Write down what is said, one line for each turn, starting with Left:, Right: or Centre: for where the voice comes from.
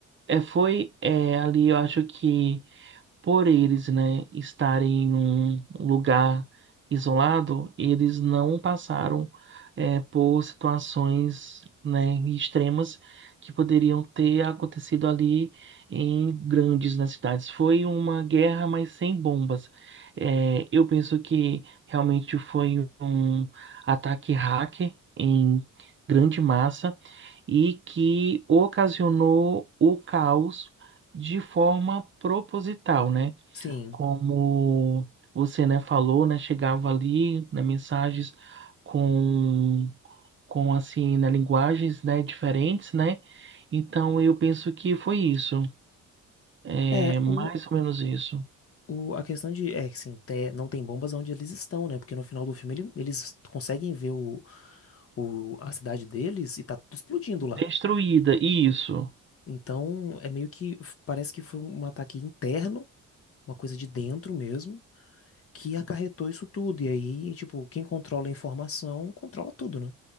Right: É, foi é, ali, eu acho que. por eles, né, estarem em um lugar isolado, eles não passaram é, por situações, né, extremas que poderiam ter acontecido ali em grandes nas cidades. Foi uma guerra, mas sem bombas. É, eu penso que realmente foi um ataque hacker em grande massa e que ocasionou o caos de forma proposital, né?
Left: Sim.
Right: como você, né, falou, né, chegava ali, né, mensagens com, com assim, né, linguagens, né, diferentes, né? Então eu penso que foi isso, é
Left: É,
Right: mais
Left: o.
Right: ou menos isso.
Left: O, a questão de, é que assim, te- não tem bombas onde eles estão, né? Porque no final do filme ele- eles conseguem ver o, o, a cidade deles e tá tudo explodindo lá.
Right: Destruída, isso.
Left: Então, é meio que parece que foi um ataque interno, uma coisa de dentro mesmo, que acarretou isso tudo. E aí, tipo, quem controla a informação controla tudo, né?